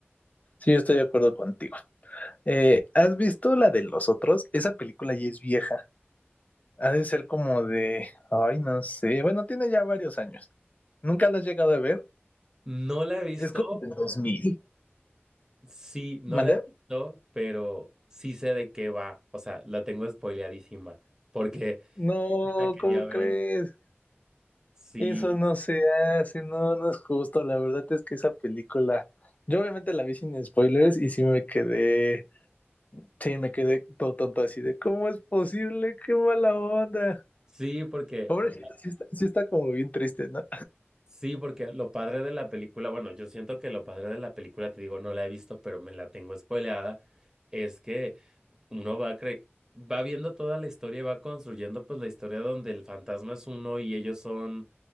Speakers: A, on the left; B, on the right.
A: Sí, yo estoy de acuerdo contigo. Eh, ¿has visto la de los otros? Esa película ya es vieja. Ha de ser como de. Ay, no sé. Bueno, tiene ya varios años. ¿Nunca la has llegado a ver?
B: No la he visto,
A: Es como del 2000.
B: sí, no
A: ¿Mande?
B: la he visto, pero sí sé de qué va. O sea, la tengo spoileadísima, porque <laughs>
A: No,
B: sí la quería
A: ¿cómo
B: ver,
A: crees?
B: sí.
A: Eso no se hace, no, no es justo. La verdad es que esa película, yo obviamente la vi sin spoilers y sí me quedé, sí me quedé todo tonto así de, ¿cómo es posible? ¡Qué mala onda!
B: Sí, porque,
A: Pobrecita,
B: o
A: sí está, sí está como bien triste, ¿no?
B: Sí, porque lo padre de la película, bueno, yo siento que lo padre de la película, te digo, no la he visto, pero me la tengo spoileada, es que uno va cre- va viendo toda la historia, y va construyendo pues la historia donde el fantasma es uno y ellos son,